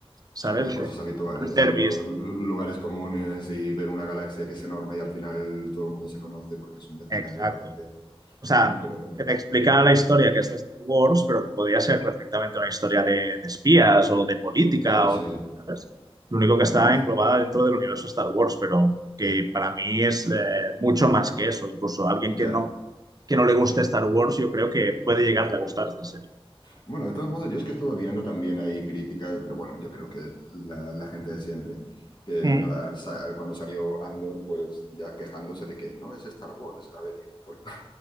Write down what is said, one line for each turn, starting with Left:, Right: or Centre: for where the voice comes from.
Right: ¿sabes?
Left: Sí, los recursos
Right: De
Left: habituales,
Right: fanservice.
Left: ¿no? Los l- lugares comunes y ver una galaxia que es enorme y al final todo el mundo se conoce porque es un vecindario,
Right: Exacto.
Left: parece.
Right: O sea,
Left: <laughs> Pero bueno,
Right: que te explicara la historia que es de Star Wars, pero que podría ser perfectamente una historia de, de espías o de política
Left: sí, sí.
Right: o de- ¿sabes? Lo único que está
Left: Mm,
Right: englobada dentro del universo Star Wars, pero que para mí es eh, mucho más que eso. Incluso a alguien
Left: ya.
Right: que no, que no le guste Star Wars, yo creo que puede llegarle a gustar esta serie.
Left: Bueno, de todos modos, yo es que estuve viendo también ahí críticas, pero bueno, yo creo que la, la gente de siempre, que
Right: Mm,
Left: nada, al sa- cuando salió Andor, pues ya quejándose de que no es Star Wars. A ver, por